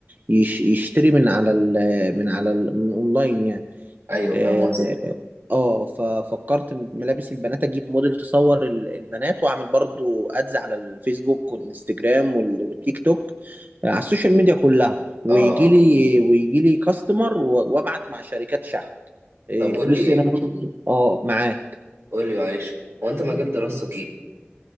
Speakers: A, on the right; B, on the right.
A: يش- يشتري من على ال- من على ال- من اونلاين يعني
B: ايوه
A: آه،
B: فاهم قصدك
A: اه ففكرت ملابس البنات اجيب موديل تصور ال- البنات واعمل برضو ادز على الفيسبوك والانستجرام وال- والتيك توك آه، على السوشيال ميديا كلها ويجي
B: اه آه.
A: لي ويجي لي كاستمر و- وابعت مع شركات شحن آه،
B: طب
A: الفلوس
B: قول لي
A: هنا برضو- اه معاه
B: قول لي معلش هو انت مجال دراستك ايه